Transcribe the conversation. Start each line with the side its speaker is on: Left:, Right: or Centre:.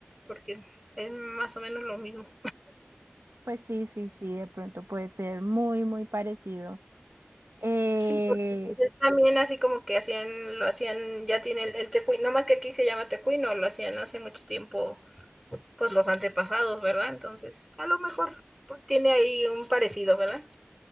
Centre: Porque es más o menos lo mismo.
Right: pues sí, sí, sí, de pronto puede ser muy, muy parecido. Eh,
Centre: Sí, porque pues, es también así como que hacían, lo hacían, ya tiene el, el tecuino, no más que aquí se llama tecuino, lo hacían hace mucho tiempo, pues los antepasados, ¿verdad? Entonces, a lo mejor pues, tiene ahí un parecido, ¿verdad?